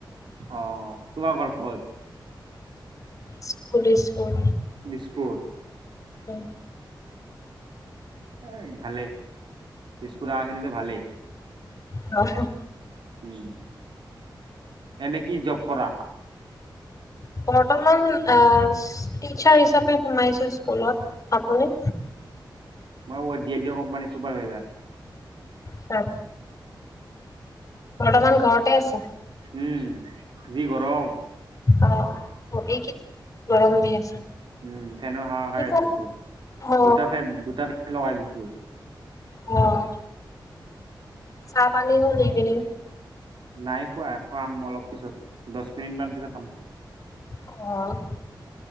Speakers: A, on the right; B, on the left.
A: অ', তোমাৰ ঘৰ কত?
B: School school.
A: দিছপুৰ?
B: উম।
A: এ ভালেই ডিছপুৰ আহাখিনিতো ভালেই।
B: মাকছম।
A: উম', এনে কি জব কৰা?
B: বৰ্তমান আহ টিচাৰ হিচাপে সোমাইছো স্কুলত আপুনি?
A: মই কুম্পানীৰ চুপাৰভাইছাৰ।
B: হয়। বৰ্তমান ঘৰতে আছে।
A: উম যি গৰম।
B: অ', হবি কি গৰম দি আছে।
A: উম', ফেনৰ হাৱা খাই
B: ইফাল
A: আছো এতিয়া
B: অ
A: দুটা ফেন দুটা ফেন লগাই দিছিলো।
B: হয়। চাহ পানী হ'ল নিগিলি।
A: নাই খোৱা খাম অলপ পিছত, দহ মিনিট মান পিছত খাম।
B: অ'।